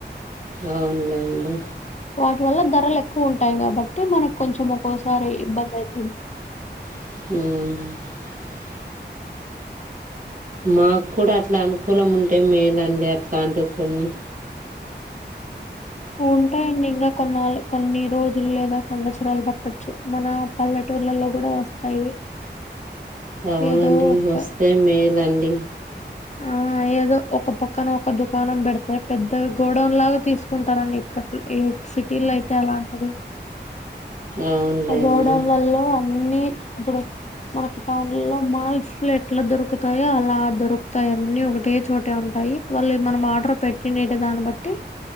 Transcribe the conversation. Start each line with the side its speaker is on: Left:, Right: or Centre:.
Right: అవునలెండి
Left: వాటి వల్ల ధరలు ఎక్కువ ఉంటాయి కాబట్టి మనకు కొంచెం ఒక్కోసారి ఇబ్బంది అయితుంది.
Right: మ్ మాకు కూడా అట్లా అనుకూలం ఉంటే మేలండి అట్లాంటివి కొన్ని
Left: ఉంటాయండి ఇంకా కొన్నాళ్ళ కొన్ని రోజులు లేదా సంవత్సరాలు పట్టొచ్చు మన పల్లెటు ఊర్లలో కూడా వస్తాయి.
Right: అవునండి
Left: ఏదో ఒక
Right: వస్తే మేలండి
Left: ఆ ఏదో ఒక పక్కన ఒక దుకాణం పెడితే పెద్దవి గోడౌన్ లాగా తీసుకుంటారండి ఇక్కట్లు ఏ సిటీ లో అయితే అలా ఉంటది
Right: అవునులేండి
Left: అ గుడౌన్ వల్ల అన్ని ఇప్పుడు మనకి టౌన్ లో మాల్స్లు ఎట్లా దొరుకుతాయో అలా దొరుకుతాయ్ అన్ని ఒకటే చోటే ఉంట పైప్ వల్లే మనం ఆర్డర్ పెట్టిండేటి దాన్ని బట్టి